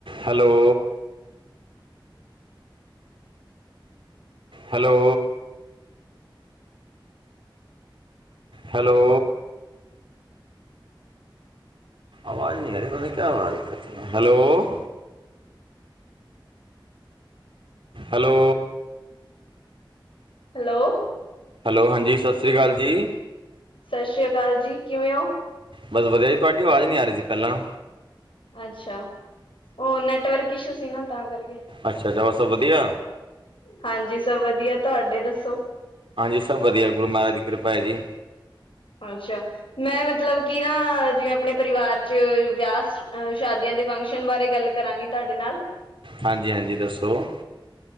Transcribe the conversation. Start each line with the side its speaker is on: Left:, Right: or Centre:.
Right: Hello hello hello ਆਵਾਜ਼ ਨਹੀਂ ਆ ਰਹੀ ਕਿਆ ਹੋ ਹੈਲੋ ਹੈਲੋ
Left: ਹੈਲੋ
Right: ਹੈਲੋ ਹਾਂਜੀ ਸਤਿ ਸ਼੍ਰੀ ਅਕਾਲ ਜੀ
Left: ਸਤਿ ਸ੍ਰੀ ਅਕਾਲ ਜੀ ਕਿਵੇਂ ਹੋ
Right: ਬਸ ਵਧੀਆ ਜੀ ਤੁਹਾਡੀ ਆਵਾਜ਼ ਨ ਨੀ ਆ ਰਹੀ ਸੀ ਪਹਿਲਾ।
Left: ਅੱਛਾ ਉਹ ਨੈਟਵਰਕ ਇਸ਼ੂ ਸੀ ਨਾ ਤਾਂ ਕਰਕੇ।
Right: ਅੱਛਾ ਹੋਰ ਸਭ ਵਧੀਆ।
Left: ਹਾਂਜੀ ਸਭ ਵਧੀਆ ਤੁਹਾਡੇ ਦੱਸੋ।
Right: ਹਾਂਜੀ ਸਭ ਵਧੀਆ ਗੁਰੂ ਮਹਾਰਾਜ ਦੀ ਕਿਰਪਾ ਹੈ ਜੀ।
Left: ਅੱਛਾ ਮੈਂ ਮਤਲਬ ਕਿ ਨਾ ਜਿਵੇਂ ਆਪਣੇ ਪਰਿਵਾਰ ਚ ਵਿਆਹ ਅਹ ਸ਼ਾਦੀਆਂ ਦੇ ਫੰਕਸ਼ਨ ਬਾਰੇ ਗੱਲ ਕਰਾਂਗੀ ਤੁਹਾਡੇ ਨਾਲ।
Right: ਹਾਂਜੀ-ਹਾਂਜੀ ਦੱਸੋ।